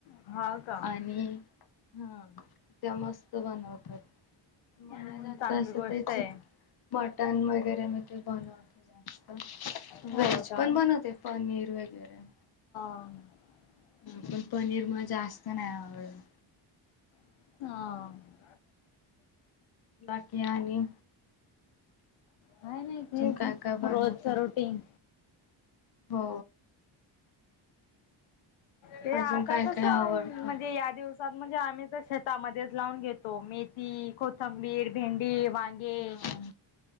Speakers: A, on the left; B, on the left.
A: हा का
B: आणि- हा त्या मस्त बनवतात. मला
A: चांगली
B: जास्त अस
A: गोष्ट
B: ते
A: आहे
B: चिक मटन वगैरे मी ते बनवते
A: हो
B: व्हेज
A: का?
B: पण बनवते पनीर वगैरे-
A: हा
B: ह पण पनीर मग जास्त नाही आवडत?
A: हा
B: बाकी आनी
A: काय नाही तेच
B: काय काय बनवता
A: रोजच रुटिंग.
B: हो
A: ते
B: अजून
A: आता
B: काय
A: कस
B: काय
A: म्हणजे
B: आवडतं
A: या दिवस- म्हणजे आम्ही तर शेतामध्येच लावून घेतो मेथी, कोथंबीर, भेंडी वांगे.
B: हा